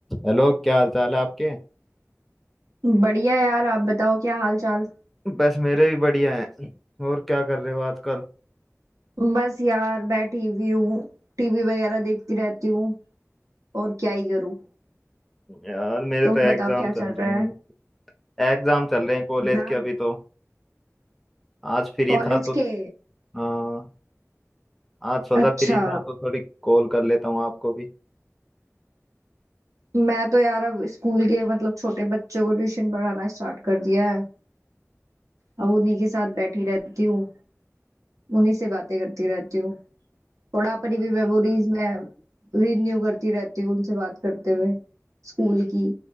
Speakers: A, in the centre; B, on the right (about 85°).
A: Hello क्या हाल चाल है आपके
B: बढ़िया यार आप बताओ क्या हाल चाल
A: बस मेरे भी बढ़िया है और क्या कर रहे हो आजकल
B: बस यार बैठी हुई हूँ टीवी वगैरह देखती रहती हूँ और क्या ही करूँ
A: यार मेरे
B: तुम
A: तो एग्जाम
B: बताओ क्या चल
A: चल
B: रहा
A: रहे हैं
B: है
A: एग्जाम चल रहे हैं कॉलेज
B: एग्जाम
A: के अभी तो आज फ्री
B: कॉलेज
A: था तो
B: के
A: हाँ आज सोचा
B: अच्छा
A: फ्री था तो थोड़ी कॉल कर लेता हूँ आपको भी
B: मैं तो यार अब स्कूल के मतलब छोटे बच्चों को ट्यूशन पढ़ाना स्टार्ट कर दिया है अब उन्हीं के साथ बैठी रहती हूँ उन्हीं से बातें करती रहती हूँ थोड़ा अपनी भी मेमोरीज में रिन्यू करती रहती हूँ उनसे बात करते हुए स्कूल की